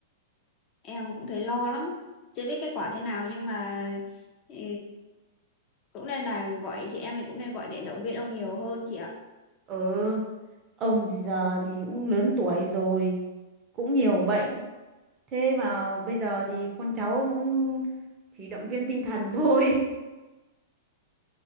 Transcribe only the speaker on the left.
Em cũng thấy lo lắm. Chưa biết kết quả thế nào nhưng mà ừ, cũng nên là gọi chị em thì cũng nên gọi điện động viên ông nhiều hơn chị ạ